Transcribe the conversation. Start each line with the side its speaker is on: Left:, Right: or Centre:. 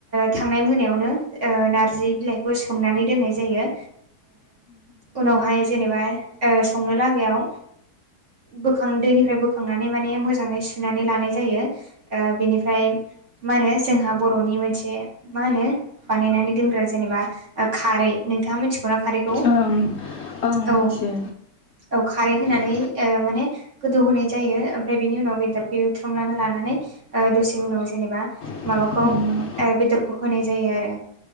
Right: थांनाय मोनायावनो ओ नारजि बिलाइखौ सोमनानै दोननाय जायो उनावहाय जेनेबा संनो लागायाव बोखां दैनिफ्राय बोखांनानै माने मोजाङै सुनानै लानाय जायो बिनिफ्राय मा होनो जोंहा बर'नि मोनसे मा होनो बानायनानै दोनग्रा जेनेबा खारै नोंथाङा मिथिगौ ना खारैखौ
Left: ओं ओं
Right: औ
Left: मिथियो
Right: औ खारै होनानै
Left: गोदौनाय जायो बेबायदिनो बेदर बेदरखौ लानानै बेदरखौ
Right: ओ माने गोदौ होनोनाय जायो ओमफ्राय बेनि उनाव बेदरखौ एवथ्रुमनानै लानानै ओ दसे उनाव जेनेबा
Left: होनाय
Right: माबाखौ ओ बेदरखौ होनाय जायो आरो